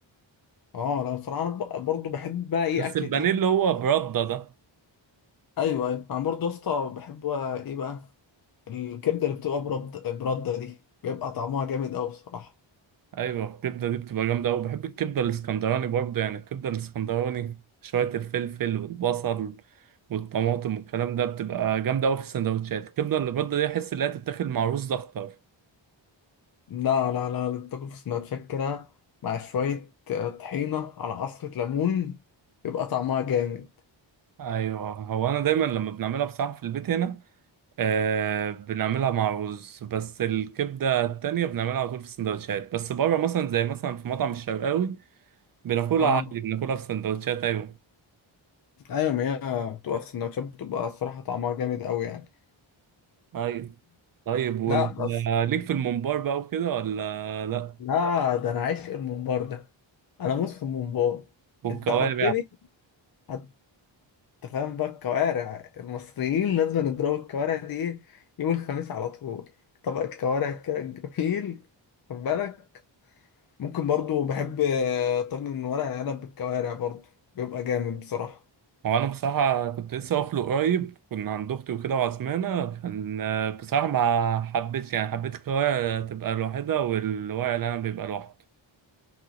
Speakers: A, on the left; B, on the right.
A: اه انا بصراحة انا ب- برضو بحب بقى ايه
B: بس
A: اكلة
B: البانيه
A: ايه
B: اللي هو برده ده
A: ايوه ايوه انا برضه يا اسطى بحب بقى ايه بقى الكبده اللي بتبقى برد برده دي بيبقى طعمها جامد قوي بصراحه
B: ايوه الكبده دي بتبقى جامده قوي بحب الكبده الاسكندراني برضه يعني الكبده الاسكندراني شويه الفلفل والبصل والطماطم والكلام ده بتبقى جامده قوي في السندوتشات الكبده اللي برده دي احس ان هي تتاكل مع رز ده اكتر
A: لا لا لا تاكل في سندوتشات كده مع شوية آه، طحينة على عصرة ليمون يبقى طعمها جامد
B: ايوه هو انا دايما لما بنعملها بصراحه في البيت هنا آه بنعملها مع رز بس الكبده التانية بنعملها على طول في السندوتشات بس بره مثلا زي مثلا في مطعم الشرقاوي بناكلها
A: اه
B: عادي بناكلها في سندوتشات ايوه
A: ايوه ما هي بتبقى في السندوتشات بتبقى الصراحه طعمها جامد قوي يعني
B: ايوه طيب وانت
A: لا بس
B: ليك في الممبار بقى وكده ولا لا
A: لا ده انا عايش الممبار ده انا موس في الممبار
B: والكوارع
A: انت حطني هت- انت فاهم بقى الكوارع المصريين لازم نضرب الكوارع دي ايه يوم الخميس على طول طبق الكوارع كده الجميل خد بالك ممكن برضو بحب آه، طاجن ورق العنب بالكوارع برضو بيبقى جامد بصراحة
B: هو انا بصراحه كنت لسه واكله قريب كنا عند اختي وكده وعزمانه كان بصراحه ما حبيتش يعني حبيت الكوارع تبقى لوحدها والورق اللي انا بيبقى لوحده